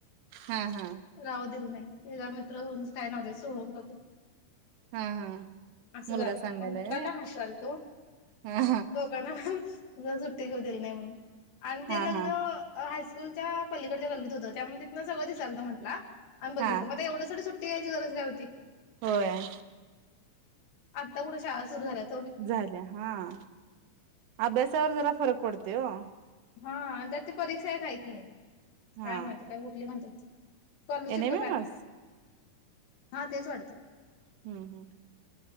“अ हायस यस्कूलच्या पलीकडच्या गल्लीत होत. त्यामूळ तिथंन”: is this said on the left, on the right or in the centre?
Left